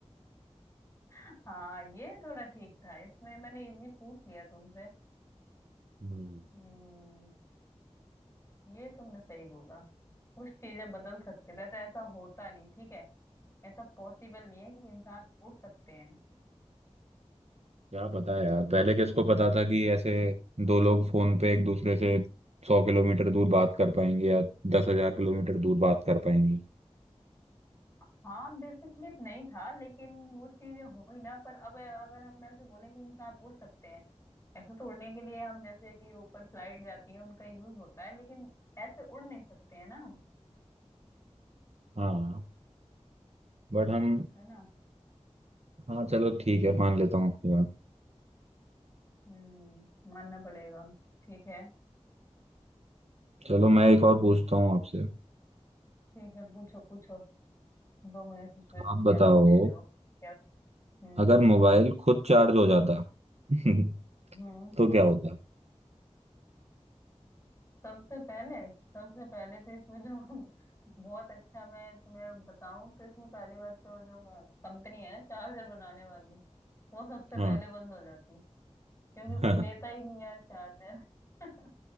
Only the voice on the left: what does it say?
हाँ ये थोड़ा ठीक था इसमें मैंने इजी पूछ लिया तुमसे
हम्म ये तुमने सही बोला कुछ चीजें बदल सकते वैसे ऐसा होता नहीं ठीक है ऐसा पॉसिबल नहीं है कि इंसान उड़ सकते हैं
हाँ बेसिकली नहीं था लेकिन वो चीजें हुई ना पर अब अगर हम ऐसे बोले कि इंसान उड़ सकते हैं ऐसे तो उड़ने के लिए हम जैसे कि ऊपर फ्लाइट जाती है उनका यूज होता है लेकिन ऐसे उड़ नहीं सकते हैं ना हम
है ना
हम्म मानना पड़ेगा ठीक है
ठीक है पूछो पूछो दो मुझे सिचुएशन
क्या
तुम दे रहे हो क्या हम्म
हम्म
सबसे पहले सबसे पहले तो इसमें जो <laughs> बहुत अच्छा मैं तुम्हें बताऊं तो इसमें पहली बात तो जो कंपनी है ना चार्जर बनाने वाली वो सबसे
पहले बंद हो जाती क्योंकि
कोई लेता ही नहीं यार चार्जर <laughs>